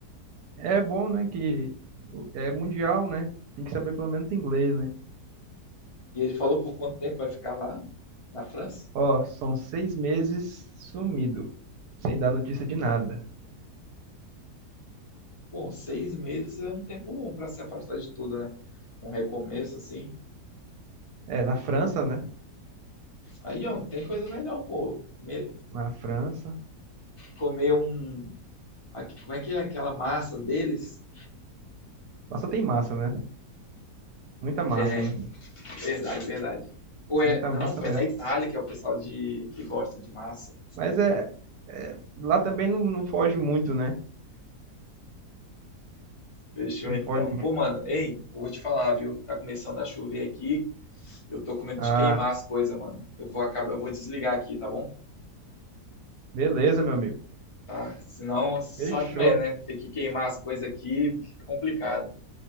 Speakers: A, on the right (about 75°); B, on the left (about 35°).
A: é bom, né? Que é mundial, né? Tem que saber pelo menos inglês, né?
B: E ele falou por quanto tempo vai ficar lá, na França?
A: Ó, são seis meses sumido, sem dar notícia de nada.
B: Bom, seis meses é um tempo bom para se afastar de tudo, né? Um recomeço, assim.
A: É, na França, né?
B: Aí, ó, tem coisa melhor, pô. Me-
A: Na França.
B: Comer um. aqui- Como é que é aquela massa deles?
A: Lá só tem massa, né? Muita massa,
B: É,
A: né?
B: verdade, verdade. Ou é.
A: Muita
B: Não,
A: massa
B: pô,
A: mesmo.
B: é na Itália que é o pessoal de... que gosta de massa.
A: Mas é, é, lá também não, não foge muito, né?
B: Fechou
A: Não
B: então.
A: foge muito.
B: Pô, mano, ei, eu vou te falar, viu? Tá começando a chover aqui. Eu tô com medo
A: Ah,
B: de queimar as coisas, mano. Eu vou acabar, eu vou desligar aqui, tá bom?
A: beleza, meu amigo.
B: Tá. Senão, sabe
A: Fechou.
B: como é, né? Ter que queimar as coisas aqui fica complicado.